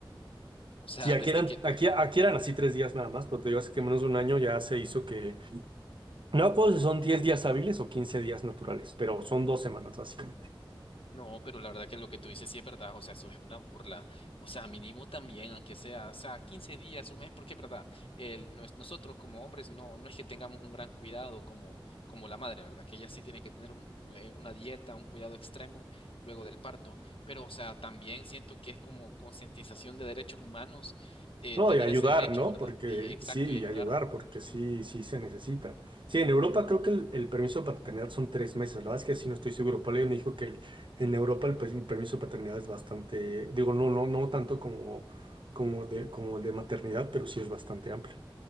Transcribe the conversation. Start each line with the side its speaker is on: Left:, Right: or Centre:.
Left: o sea,
Right: Sí, aquí
Left: desde
Right: eran,
Left: que
Right: aquí, aquí eran así tres días nada más, pero te digo, hace que menos de un año ya se hizo que, no me acuerdo si son 10 días hábiles o 15 días naturales, pero son dos semanas básicamente.
Left: No, pero la verdad que lo que tú dices sí es verdad, o sea, eso es una burla. O sea, mínimo también, aunque sea, o sea, 15 días, un mes, porque es verdad, el, nos- nosotros como hombres no, no es que tengamos un gran cuidado como, como la madre, ¿verdad? Que ella sí tiene que tener un- un- eh, una dieta, un cuidado extremo luego del parto. Pero, o sea, también siento que es como concientización de derechos humanos, eh,
Right: No,
Left: tener
Right: y ayudar,
Left: ese derecho,
Right: ¿no?
Left: ¿verdad?
Right: Porque
Left: Y exacto,
Right: sí,
Left: y ayudar.
Right: y ayudar, porque sí, sí se necesita. Sí, en Europa creo que el, el permiso de paternidad son tres meses. La verdad es que sí no estoy seguro. Por ahí me dijo que el- en Europa el, pe- permiso de paternidad es bastante, digo, no, no, no tanto como, como de, como el de maternidad, pero sí es bastante amplio.